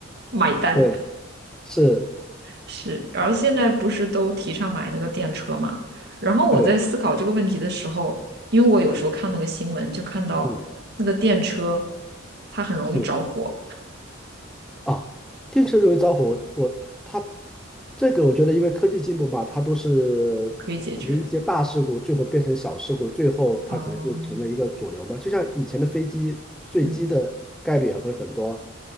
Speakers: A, on the right; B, in the centre.
A: 买单。
B: 对，是，
A: 是，然后现在不是都提倡买那个电车嘛？然后我在思考这个问题的时候，
B: 对，
A: 因为我有时候看那个新闻，就看到那个电车，
B: 嗯
A: 它很容易着火，
B: 嗯。啊，电车容易着火，我他它这个我觉得，因为科技进步嘛，它都是从一些大事故最后变成小事故，
A: 可以解决。
B: 最后它可能就成为一个主流嘛。
A: 啊，
B: 就像以前的飞机坠机的概率也会很多，
A: 嗯